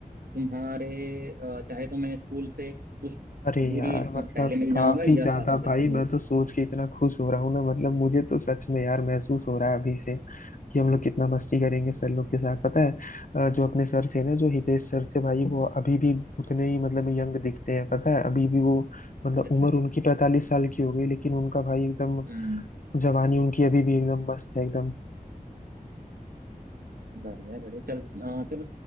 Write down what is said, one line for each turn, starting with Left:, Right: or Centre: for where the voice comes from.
Right: तुम्हारे आ, चाहे तो मैं स्कूल से कुछ
Left: अरे
Right: दूरी
Left: यार मतलब
Right: आ, पहले मिल
Left: काफी
Right: जाऊंगा या
Left: ज्यादा
Right: साथ में चल
Left: भाई
Right: चलूंगा
Left: मैं तो सोच के इतना खुश हो रहा हूँ ना मतलब मुझे तो सच में यार महसूस हो रहा है अभी से कि हम लोग कितना मस्ती करेंगे सर लोग के साथ पता है अ, जो अपने सर थे ना जो हितेश सर थे भाई वो अभी भी उतने ही मतलब यंग दिखते हैं पता है अभी भी वो मतलब
Right: अच्छा
Left: उम्र उनकी पैंतालीस साल की हो गई लेकिन उनका भाई एकदम
Right: हम्म
Left: जवानी उनकी अभी भी एकदम मस्त है एकदम
Right: बढ़िया है, बढ़िया चल अ, चलो